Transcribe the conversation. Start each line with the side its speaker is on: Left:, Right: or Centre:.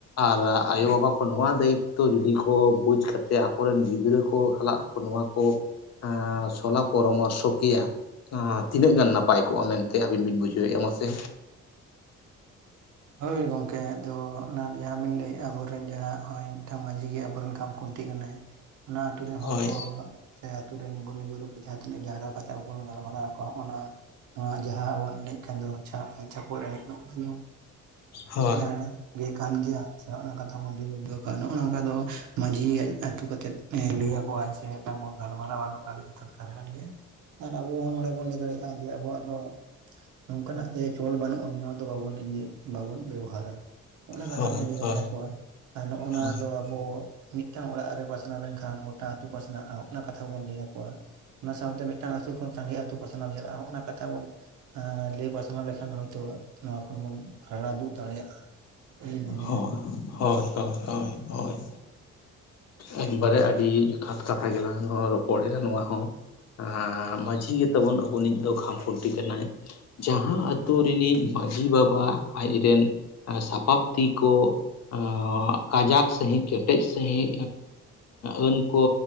Left: ᱟᱨ ᱟᱭᱳᱵᱟᱵᱟ ᱠᱚ ᱱᱚᱣᱟ ᱫᱟᱭᱤᱛᱛᱚ ᱡᱩᱫᱤ ᱠᱚ ᱵᱩᱡᱽ ᱠᱟᱛᱮᱫ ᱟᱠᱚᱨᱮᱱ ᱜᱤᱫᱽᱨᱟᱹ ᱠᱚ ᱥᱟᱞᱟᱜ ᱱᱚᱶᱟ ᱠᱚ ᱮᱸ ᱥᱚᱞᱟ ᱯᱚᱨᱟᱢᱚᱨᱥᱚ ᱠᱤᱭᱟ ᱟᱨ ᱛᱤᱱᱟᱹᱜ ᱜᱟᱱ ᱱᱟᱯᱟᱭ ᱠᱚᱜ-ᱟ ᱢᱮᱱᱛᱮ ᱟᱵᱤᱱ ᱵᱤᱱ ᱵᱩᱡᱷᱟᱹᱣᱮᱫ-ᱟ ᱢᱟᱥᱮ
Right: ᱦᱳᱭ ᱜᱚᱝᱠᱮ ᱟᱫᱚ ᱚᱱᱟ ᱡᱟᱦᱟᱸᱵᱤᱱ ᱞᱟᱹᱭᱮᱫ ᱟᱵᱚᱨᱮᱱ ᱡᱟᱦᱟᱸ ᱱᱚᱜ-ᱚᱭ ᱢᱤᱫᱴᱟᱱ ᱢᱟᱺᱡᱷᱤ ᱜᱮ ᱟᱵᱚᱨᱮᱱ ᱠᱷᱟᱢᱠᱷᱩᱱᱴᱤ ᱠᱟᱱᱟᱭ ᱚᱱᱟ ᱟᱛᱩᱨᱮᱱ
Left: ᱦᱳᱭ
Right: ᱦᱚᱲ ᱠᱚ ᱥᱮ ᱟᱛᱩ ᱨᱮᱱ ᱜᱩᱱᱤ ᱜᱩᱨᱤᱵ ᱠᱚ ᱡᱟᱦᱟᱸ ᱛᱤᱱᱟᱹᱜ ᱡᱟᱣᱨᱟ ᱠᱟᱛᱮ ᱟᱵᱚ ᱵᱚᱱ ᱜᱟᱞᱢᱟᱨᱟᱣ ᱟᱠᱣᱟ ᱦᱚᱸᱜᱟᱱᱟᱭ <unintelligible> ᱟᱸ ᱡᱟᱦᱟᱸ ᱟᱵᱚᱱ ᱮᱱᱮᱡ ᱠᱟᱱ ᱫᱚ ᱪᱷᱟ ᱪᱷᱟᱠᱚᱞ ᱮᱱᱮᱡ ᱚᱱᱟ ᱦᱩᱭᱩᱜ
Left: ᱦᱳᱭ
Right: ᱠᱟᱱᱟ ᱜᱮ ᱠᱟᱱ ᱜᱮᱭᱟ ᱥᱮ ᱱᱚᱜ-ᱱᱚᱭᱟ ᱠᱟᱛᱷᱟ ᱵᱚᱱ ᱫᱚᱦᱚ ᱠᱟᱜ-ᱟ ᱱᱚᱜᱼᱚᱭ ᱱᱚᱝᱠᱟ ᱫᱚ ᱢᱟᱹᱡᱷᱤᱭ ᱟᱛᱩ ᱠᱟᱛᱮᱫ ᱮ ᱞᱤᱭᱮᱠᱚ ᱟᱪᱷᱮ ᱢᱤᱫᱴᱮᱱ ᱵᱚᱱ ᱜᱟᱞᱢᱟᱨᱟᱣᱟ ᱟᱨ ᱱᱚᱝᱠᱟ ᱛᱮᱜᱮ ᱨᱚᱠᱟ <unintelligible> ᱛᱟᱦᱮᱱ ᱜᱮᱭᱟ ᱟᱨ ᱟᱵᱚ ᱦᱚᱸ ᱱᱚᱸᱰᱮ ᱵᱚᱱ ᱞᱟᱹᱭ ᱫᱟᱲᱮᱜ-ᱟ ᱡᱮ ᱟᱵᱚᱣᱟᱜ ᱫᱚ ᱱᱚᱝᱠᱟᱱᱟᱜ ᱡᱮ ᱪᱚᱞ ᱵᱟᱹᱱᱩᱜᱼᱟ ᱱᱚᱣᱟ ᱫᱚ ᱵᱟᱵᱚᱱ ᱮᱫᱮ ᱵᱟᱵᱩᱱ ᱵᱮᱵᱚᱦᱟᱨᱟ ᱱᱚᱟ ᱠᱟᱛᱷᱟ
Left: ᱦᱳᱭ
Right: ᱵᱚᱱ ᱞᱟᱹᱭ ᱫᱟᱲᱮᱭᱟᱠᱚᱣᱟ
Left: ᱦᱳᱭ
Right: ᱡᱮᱢᱚᱱ ᱟᱨ ᱱᱚᱜᱼᱱᱟ
Left: ᱦᱳᱭ
Right: ᱫᱚ, ᱟᱵᱚ ᱢᱤᱫᱴᱟᱝ ᱚᱲᱟᱜ ᱨᱮ ᱯᱟᱥᱱᱟᱣ ᱞᱮᱱᱠᱷᱟᱱ ᱜᱚᱴᱟ ᱟᱹᱛᱩ ᱯᱟᱥᱱᱟᱜᱼᱟ ᱚᱱᱟ ᱠᱟᱛᱷᱟᱵᱚᱱ ᱞᱟᱹᱭ ᱟᱠᱚᱣᱟ ᱚᱱᱟ ᱥᱟᱶᱛᱮ ᱢᱤᱫᱴᱟᱝ ᱟᱛᱩ ᱠᱷᱚᱱ ᱥᱟᱸᱜᱮ ᱟᱛᱩ ᱯᱟᱥᱱᱟᱣ ᱪᱟᱞᱟᱜᱼᱟ ᱚᱱᱟ ᱠᱟᱛᱷᱟ ᱵᱚᱱ ᱦᱟᱸ ᱞᱟᱹᱭ ᱯᱟᱥᱱᱟᱣ ᱞᱮᱠᱷᱟᱱ ᱦᱚᱭᱛᱳ ᱱᱚᱣᱟ ᱠᱷᱚᱱ ᱵᱚᱱ ᱨᱟᱲᱟ ᱫᱩᱜ ᱫᱟᱲᱮᱭᱟᱜᱼᱟ᱾ ᱤᱧ ᱢᱚᱱᱮᱭᱟ
Left: ᱦᱳᱭ ᱦᱳᱭ ᱦᱳᱭ ᱦᱳᱭ ᱦᱳᱭ ᱮᱠᱵᱟᱨᱮ ᱟᱹᱰᱤ ᱡᱚᱛᱷᱟᱛ ᱠᱟᱛᱷᱟ ᱜᱮᱞᱟᱝ ᱨᱚᱯᱚᱲ ᱮᱱᱟ ᱱᱚᱣᱟ ᱦᱚᱸ ᱟᱸ ᱢᱟᱺᱡᱷᱤ ᱜᱮᱛᱵᱚᱱ ᱟᱵᱚᱱᱤᱡ ᱫᱚ ᱠᱷᱟᱢ ᱠᱷᱩᱱᱴᱤ ᱠᱟᱱᱟᱭ ᱡᱟᱦᱟᱸ ᱟᱛᱳ ᱨᱤᱱᱤᱡ ᱢᱟᱺᱡᱷᱤ ᱵᱟᱵᱟ ᱟᱡᱨᱮᱱ ᱥᱟᱯᱟᱯ ᱛᱤ ᱠᱚ ᱟᱸ ᱠᱟᱡᱟᱠ ᱥᱟᱺᱦᱤᱡ ᱠᱮᱴᱮᱡ ᱥᱟᱺᱦᱤᱡ ᱟᱹᱱ ᱠᱚ